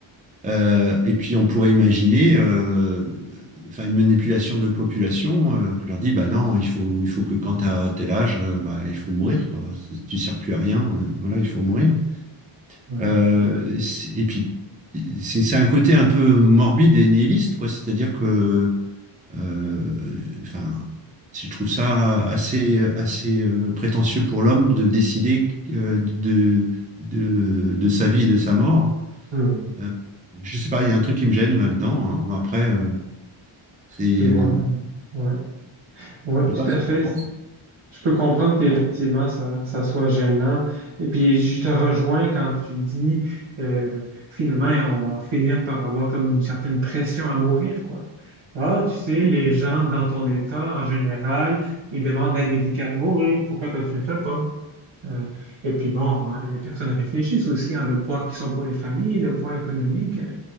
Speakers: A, on the right (about 15°); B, on the right (about 65°).
A: euh, et puis on pourrait imaginer euh, enfin, une manipulation de population, euh, on leur dit, bah non, il faut, il faut que quand tu as tel âge, euh, bah, il faut mourir, quoi. C'est- Tu sers plus à rien, euh, voilà, il faut mourir.
B: oui. Ouais.
A: Euh, c'est- et puis, c'est c'est un côté un peu morbide et nihiliste, quoi. C'est-à-dire que, euh, enfin, je trouve ça assez, assez euh, prétentieux pour l'homme de décider euh, de, de, de sa vie et de sa mort.
B: Hmm.
A: Euh, je sais pas, il y a un truc qui me gêne là-dedans. hein. Bon, après, euh, c'est Je
B: Tu vois, euh, ouais, Oui,
A: sais
B: tout
A: pas ce
B: à
A: que
B: fait.
A: tu penses.
B: Je peux comprendre qu'effectivement, ça, ça soit gênant. Et puis, je te rejoins quand tu dis, euh, finalement, on va finir par avoir comme une certaine pression à mourir, quoi. Ah, tu sais, les gens dans ton état, en général, ils demandent l'aide médicale à mourir. Pourquoi toi, tu ne le fais pas? Euh, et puis, bon, hein, les personnes réfléchissent aussi, à le poids qu'ils sont pour les familles, le poids économique. Euh,